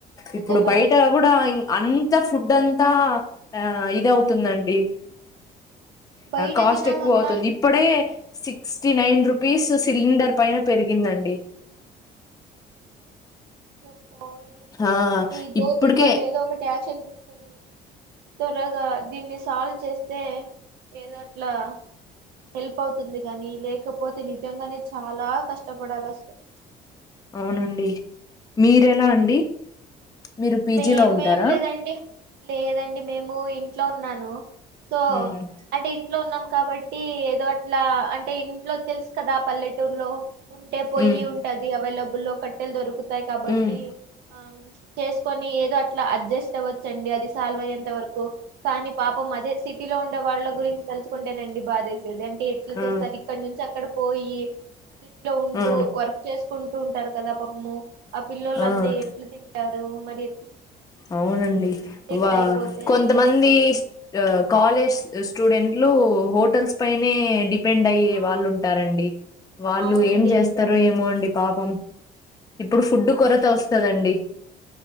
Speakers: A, on the left; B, on the right.
A: ఇప్పుడు
B: అదే మరి
A: బయట కూడా అంత ఫుడ్ అంత అంతా ఆ ఇది అవుతుందండి
B: బయట
A: కాస్ట్
B: తినాలన్నా
A: ఎక్కువ అవుతుంది ఇప్పుడే sixty nine rupees cylinder పైన పెరిగిందండి
B: ఓ ఏం చేస్తారండి
A: ఆ
B: గవర్నమెంట్
A: ఇప్పటికే
B: వాళ్ళు ఏదో ఒకటి యాక్ష అని తీచ్చుకొని త్వరగా దీన్ని సాల్వ్ చేస్తే ఏదో అట్లా హెల్ప్ అవుతుంది కాగాని లేకపోతే నిజంగానే చాలా కష్టపడాాల వస్తాయి
A: అవునండి మీరెలా అండి మీరు పీజీలో
B: మేమేం
A: ఉంటారా
B: లేదండి లేదండి మేము ఇంట్లో ఉన్నాను సో
A: ఉమ్
B: అంటే ఇంట్లో ఉన్నాం కాబట్టి ఏదో అట్లా అంటే ఇంట్లో తెలుసు కదా పల్లెటూరులో ఉంటే పోయి
A: ఉమ్
B: ఉంటది అవైలబుల్లో కట్టెలు దొరుకుతాయి కాబట్టి
A: ఉమ్
B: ఆమ్ ప్చ్ చేసుకొని ఏదో అట్లా అడ్జస్ట్ అవ్వచ్చండి అది సాల్వ్ అయ్యేంత వరకు కానీ పాప్ మ్ అదే సిటీలో ఉండే వాళ్ళ గురించి తెలుసుకుంటేనండి బాదేసి లేదంటే ఎట్లా
A: ఆ
B: చేస్తారు ఇక్కడ నుంచి అక్కడ పోయి సిటీలో ఉంటూ
A: ఆ
B: వర్క్ చేసుకుంటూ ఉంటారు కదా పాపము ఆ పిల్లోలు
A: ఆ
B: అంతా ఎట్ల తిన్ టారు మరి
A: అవునండి
B: అంటే ఇట్లా
A: వా
B: అయిపోతే
A: కొంతమంది స్ ఆ కాలేజ్ స్ స్టూడెంట్లు హోటల్స్ పైనే డి డిపెండ్ అయ్యే
B: ఆ
A: వాళ్ళు ఉంటారండి వాళ్ళు
B: అవునండి
A: ఏం చేస్తారొ
B: నిజం
A: ఏమో అండి పాపం ఇప్పుడు ఫుడ్ కొరత వస్తదండి